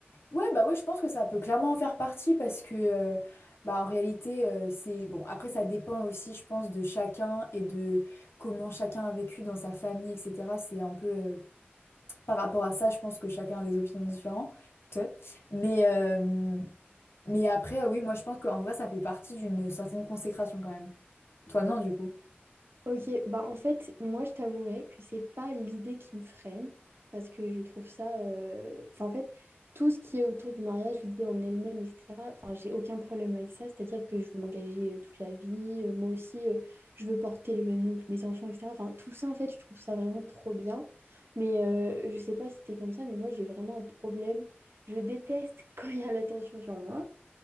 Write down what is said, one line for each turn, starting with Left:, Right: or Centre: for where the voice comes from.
Left: Ouais, bah ouais, je pense que ça peut clairement en faire partie parce que, euh, bah, en réalité, euh, c'est, bon, après, ça dépend aussi, je pense, de chacun et de comment chacun a vécu dans sa famille, etc. C'est un peu euh, par rapport à ça, je pense que chacun a des opinions différentes. Mais, euh, mais après, oui, moi, je pense qu'en vrai, ça fait partie d'une certaine consécration quand même. Toi, non, du coup.
Right: Ok, bah en fait, moi je t'avouerai que c'est pas l'idée qui me freine, parce que je trouve ça. euh, Enfin, en fait, tout ce qui est autour du mariage, l'idée en elle-même, etc. Enfin, j'ai aucun problème avec ça, c'est-à-dire que je veux m'engager euh, toute la vie, euh, moi aussi, euh, je veux porter le même nom que mes enfants, etc. Enfin, tout ça, en fait, je trouve ça vraiment trop bien. Mais euh, je sais pas si t'es comme ça, mais moi j'ai vraiment un problème. Je déteste <laughs> quand il y a l'attention sur moi.